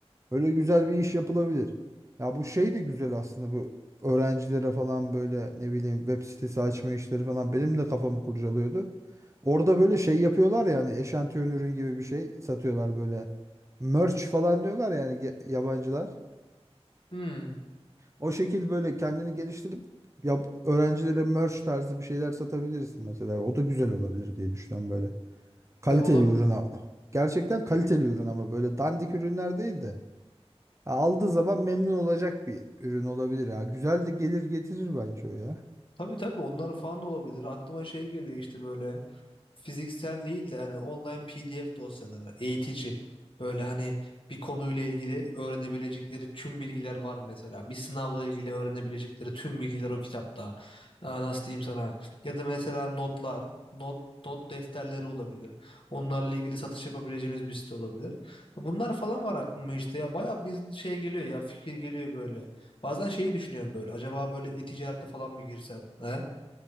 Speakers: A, on the right (about 25°); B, on the left (about 50°).
A: Öyle güzel bir iş yapılabilir. Ya bu şey de güzel aslında bu öğrencilere falan böyle ne bileyim web sitesi açma işleri falan benim de kafamı kurcalıyordu. Orada böyle şey yapıyorlar yani eşantiyon ürün gibi bir şey satıyorlar böyle. Merch falan diyorlar yani ge- yabancılar.
B: Hmm.
A: O şekil böyle kendini geliştirip ya öğrencilere merch tarzı bir şeyler satabilirsin mesela. O da güzel olabilir diye düşünüyorum böyle. Kaliteli
B: Ya olabilir.
A: ürün. a- Gerçekten kaliteli ürün ama böyle dandik ürünler değil de. Ya aldığı zaman memnun olacak bir ürün olabilir ya. Güzel de gelir getirir bence o ya.
B: Tabii tabii onlar falan da olabilir. Aklıma şey geliyor işte böyle. fiziksel değil de hani online PDF dosyaları, eğitici. Böyle hani bir konuyla ilgili öğrenebilecekleri tüm bilgiler var mesela. Bir sınavla ilgili öğrenebilecekleri tüm bilgiler o kitapta. Aa, Nasıl diyeyim sana? Ya da mesela notlar, not not defterleri olabilir. Onlarla ilgili satış yapabileceğimiz bir site olabilir. Bunlar falan var aklıma işte ya bayağı bir şey geliyor ya fikir geliyor böyle. Bazen şeyi düşünüyorum böyle acaba böyle e-ticarete falan mı girsem? He?